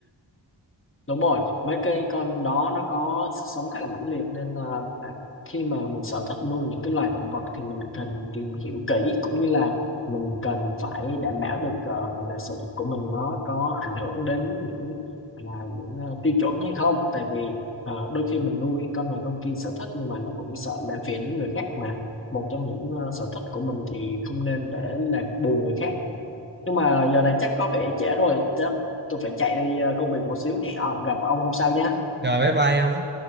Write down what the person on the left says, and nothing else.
đúng rồi mấy cái con đó nó có sức sống khá là mãnh liệt nên là à, khi mà mình sở thích nuôi những cái loài động vật thì mình cần tìm hiểu kỹ cũng như là mình cần phải đảm bảo được ờ, gọi là sở thích của mình nó có ảnh hưởng đến những là những ờ, tiêu chuẩn hay không tại vì ờ, đôi khi mình nuôi con này con kia sở thích nhưng mà nó cũng sợ làm phiền đến người khác mà một trong những ờ, sở thích của mình thì không nên để làm buồn người khác nhưng mà giờ này chắc có vẻ trễ rồi chắc tôi phải chạy đi ờ, công việc một xíu hẹn ờ, gặp ông hôm sau nhé